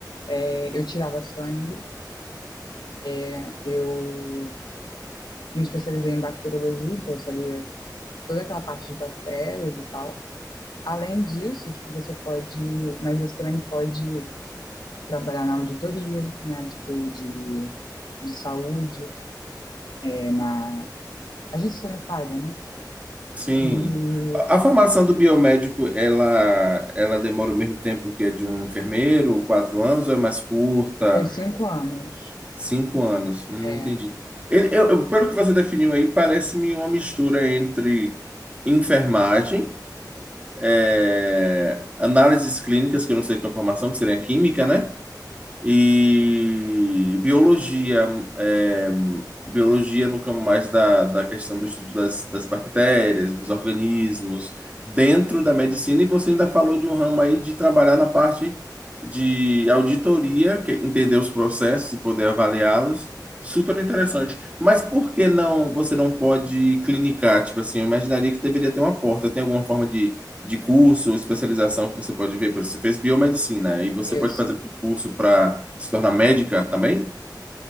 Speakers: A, on the left; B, on the right.
A: É, eu tirava sangue, né? eu me especializei em bacteriologia, então eu sabia toda aquela parte de bactérias e tal. Além disso, tipo, você pode, mas você também pode trabalhar na auditoria, né, tipo, de, de saúde, é, na agência sanitária, né?
B: Sim.
A: E
B: A a formação do biomédico, ela, ela demora o mesmo tempo que a de um enfermeiro, quatro anos, ou é mais curta?
A: foi cinco anos.
B: Cinco anos. Hum,
A: É,
B: entendi. Ele- eu, eu- pelo que você definiu aí, parece-me uma mistura entre enfermagem, eh, análises clínicas, que eu não sei qual é a formação, que seria química, né? E biologia, é, biologia no campo mais da, da questão do estudo das, das bactérias, dos organismos, dentro da medicina, e você ainda falou de um ramo aí de trabalhar na parte de auditoria, que é entender os processos e poder avaliá-los. Super interessante. Mas por que não você não pode clinicar? Tipo assim, eu imaginaria que deveria ter uma porta. Tem alguma forma de de curso, especialização que você pode ver. Por exemplo, você fez biomedicina e você
A: isso.
B: pode fazer um curso para se tornar médica também?